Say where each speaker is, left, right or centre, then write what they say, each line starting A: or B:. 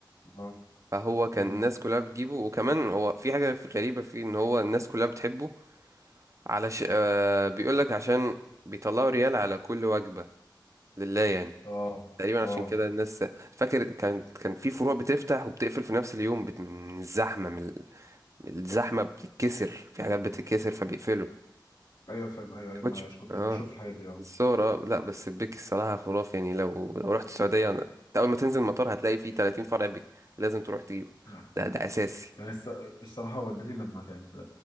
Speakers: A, on the left; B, on the right.
A: اه
B: فهو كان
A: امم
B: الناس كلها بتجيبه وكمان هو في حاجة غريبة فيه إن هو الناس كلها بتحبه علش آه بيقول لك عشان بيطلعوا ريال على كل وجبة لله يعني
A: اه
B: تقريبا
A: اه
B: عشان كده الناس فاكر كان كان في فروع بتفتح وبتقفل في نفس اليوم بت... من الزحمة من, ال- من الزحمة بتتكسر في حاجات بتتكسر فبيقفلوا
A: ايوه فاهم ايوه ايوه
B: ما كنتش-
A: مش كنت
B: اه
A: بشوف الحاجات دي اه
B: الصورة لا بس البيك الصراحة خرافي يعني لو لو رحت السعودية أنا- أنت أول ما تنزل المطار هتلاقي فيه 30 فرع بيك لازم تروح تجيبه
A: آه.
B: ده ده أساسي
A: يعني الص- الصراحة والدتي لما كانت آه،